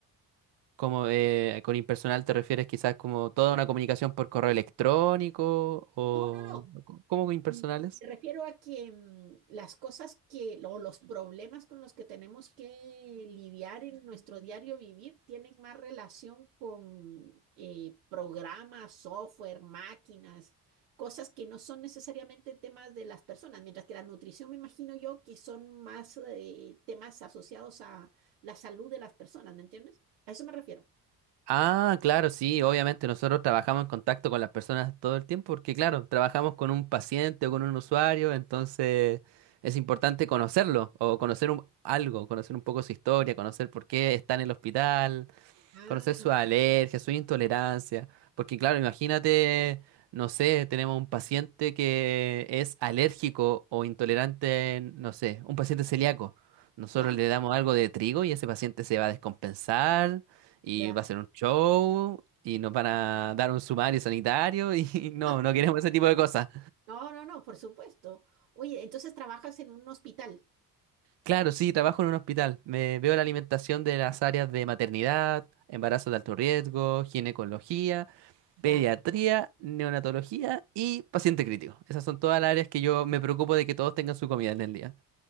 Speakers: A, on the right; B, on the right.
A: Como eh, con impersonal te refieres quizás como toda una comunicación por correo electrónico o...
B: No, no, no,
A: co- ¿Cómo con impersonales?
B: Mm, Refiero a que mm, las cosas que, o los problemas con los que tenemos que lidiar en nuestro diario vivir tienen más relación con eh, programas, software, máquinas, cosas que no son necesariamente temas de las personas, mientras que la nutrición me imagino yo que son más eh, temas asociados a la salud de las personas, ¿me entiendes? A eso me refiero.
A: Ah, claro, sí, obviamente nosotros trabajamos en contacto con las personas todo el tiempo porque, claro, trabajamos con un paciente o con un usuario, entonces es importante conocerlo o conocer un- algo, conocer un poco su historia, conocer por qué está en el hospital
B: Ah,
A: conocer sus alergias, su intolerancia. Porque claro, imagínate, no sé, tenemos un paciente que es alérgico o intolerante, no sé, un paciente celíaco. Nosotros
B: ya,
A: le damos algo de trigo y ese paciente se va a descompensar y
B: ya.
A: va a ser un show y nos van a dar un sumario sanitario y <laughs> no,
B: <laughs>
A: no queremos ese tipo de cosas.
B: No, no, no, por supuesto. Oye, entonces trabajas en un hospital.
A: Claro, sí, trabajo en un hospital. Me veo la alimentación de las áreas de maternidad, embarazo de alto riesgo, ginecología.
B: Ya.
A: pediatría, neonatología y paciente crítico. Esas son todas las áreas que yo me preocupo de que todos tengan su comida en el día.